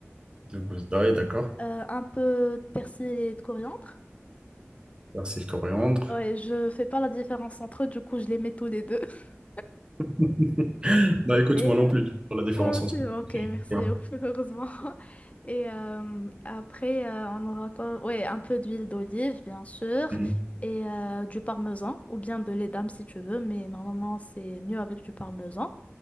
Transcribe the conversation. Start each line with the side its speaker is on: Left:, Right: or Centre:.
Right: deux gousses d'ail, d'accord.
Left: euh, un peu de persil et de coriandre.
Right: Persil, coriandre.
Left: Ouais, je fais pas la différence entre eux, du coup, je les mets tous les deux. <laughs>
Right: <laughs> Bah écoute,
Left: Et
Right: moi
Left: euh,
Right: non plus, pour la différence
Left: oh,
Right: entre...
Left: c'est bon, ok, merci,
Right: Ouais.
Left: <laughs> heureusement. Et euh, après, euh, on aura quoi? Ouais, un peu d'huile d'olive, bien sûr,
Right: Mhm.
Left: et euh, du parmesan, ou bien de lait d'âme si tu veux, mais normalement, c'est mieux avec du parmesan.